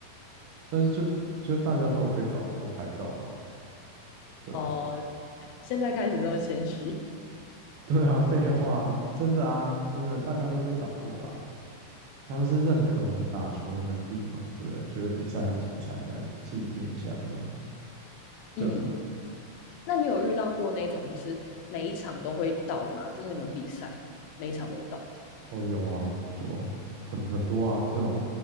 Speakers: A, on the right; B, on the left.
A: 但是就就大家都有被找过拍照吧。对啊。
B: 哦，现在开始这么谦虚。
A: <laughs> 对啊，废话的，真的啊，真的，大家都被找过啦。他们是认可我们打球的能力嘛，对不对？觉得比赛很精彩，来纪念一下这样的。对啊，
B: 嗯，那你有遇到过那种就是每一场都会到吗？就是你们比赛每一场都到？
A: 哦，有啊，有很很多啊，这种